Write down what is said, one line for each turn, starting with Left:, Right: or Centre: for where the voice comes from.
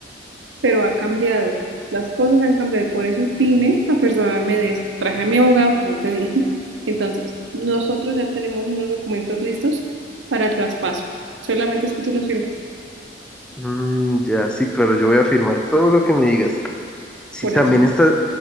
Right: pero ha cambiado. Las cosas han cambiado y por eso vine a personarme de esto. Traje a mi abogado, como te dije. <laughs> Entonces, nosotros ya tenemos unos documentos listos para el traspaso. Solamente es que tú los firmes.
Centre: Mm, ya, sí, claro, yo voy a firmar todo lo que me digas. Si
Right: Por
Centre: también
Right: eso,
Centre: estás,